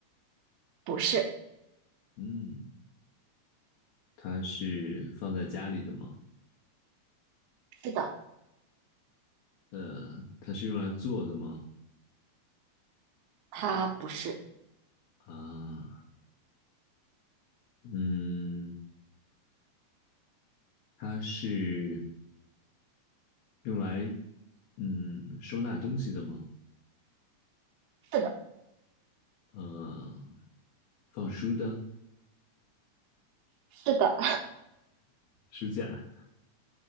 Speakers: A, on the right (about 75°); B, on the left (about 70°).
A: 不是，
B: 嗯，它是放在家里的吗？
A: 是的，
B: 呃，它是用来做的吗？
A: 它不是，
B: 啊，嗯，它是用来嗯收纳东西的吗？
A: 是的，
B: 呃，放书的
A: 是的，
B: 书架